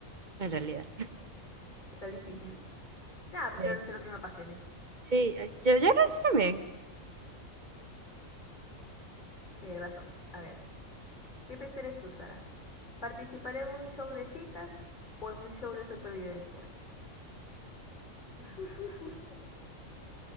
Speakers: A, on the right (about 40°); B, on the left (about 35°).
A: en realidad.
B: Está difícil. Nada, prefiero
A: Sí.
B: hacer lo que me apasione.
A: Sí, yo, yo lo hice también.
B: Tienes razón. A ver. ¿Qué prefieres tú, Sara? ¿Participar en un show de citas o en un show de supervivencia? <laughs>